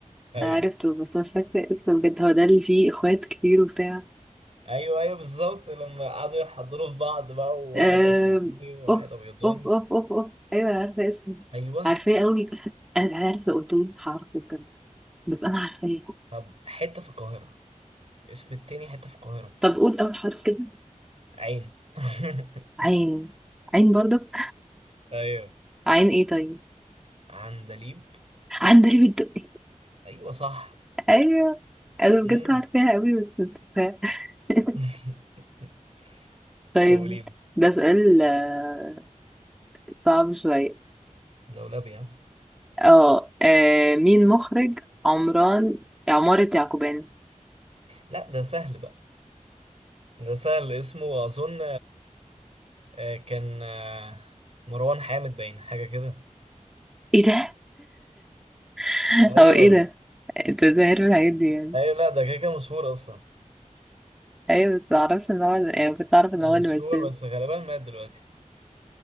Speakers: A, on the right; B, in the centre.
A: ايوه
B: أنا عرفته بس مش فاكرة اسمه بجد هو ده اللي فيه اخوات كتير وبتاع
A: ايوه ايوه بالظبط لما قعدوا يحضروا في بعض بقى وواحد
B: آم،
A: اسمراني وواحد
B: اوف
A: ابيضاني
B: اوف اوف اوف اوف ايوه انا عارفه اسمه
A: ايوه
B: عارفاه قوي <laughs> انا مش عارفه لو قلت لي هعرفه بجد بس انا عارفاه
A: طب حته في القاهره اسم التاني حته في القاهره
B: طب قول اول حرف كده
A: عين <laughs>
B: عين عين برضك
A: ايوه
B: <laughs> عين ايه طيب
A: عندليب
B: عندليب الدقي
A: ايوه صح
B: ايوه انا بجد
A: مم.
B: عارفاها قوي بس نسيتها. <laughs>
A: <laughs>
B: طيب
A: دوليب
B: ده سؤال آه، صعب شوية
A: دولابي ها؟
B: اه آه، مين مخرج عمران عمارة يعقوبيان
A: لا ده سهل بقى ده سهل اسمه اظن آه، كان آه، مروان حامد باين حاجه كده
B: ايه ده <laughs>
A: ايوه
B: هو ايه ده انت ازاي عارف الحاجات دي يعني
A: ايوه لا ده كده كده مشهور اصلا
B: ايوه بس معرفش ان هو يعني كنت اعرف ان
A: مشهور
B: هو اللي بيسيب
A: بس غالبا مات دلوقتي